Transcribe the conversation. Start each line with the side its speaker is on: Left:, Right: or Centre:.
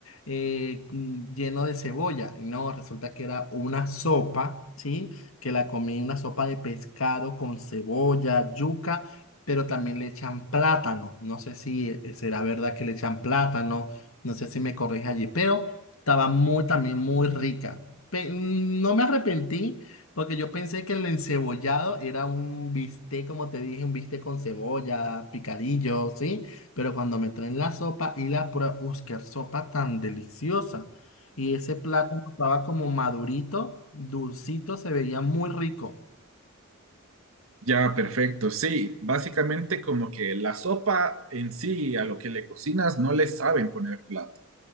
Left: eh, mm, lleno de cebolla. Y No, resulta que era una sopa, ¿sí? Que la comí, una sopa de pescado con cebolla, yuca, pero también le echan plátano. No sé si eh, será verdad que le echan plátano, no sé si me corrige allí, pero... Estaba muy, también muy rica. Pe- mm, no me arrepentí porque yo pensé que el encebollado era un bistec, como te dije, un bistec con cebolla, picadillo, ¿sí? Pero cuando me traen la sopa y la prueba, ¡uy, qué sopa tan deliciosa! Y ese plátano estaba como madurito, dulcito, se veía muy rico.
Right: Ya, perfecto. Sí, básicamente como que la sopa en sí, a lo que le cocinas, no le saben poner plato.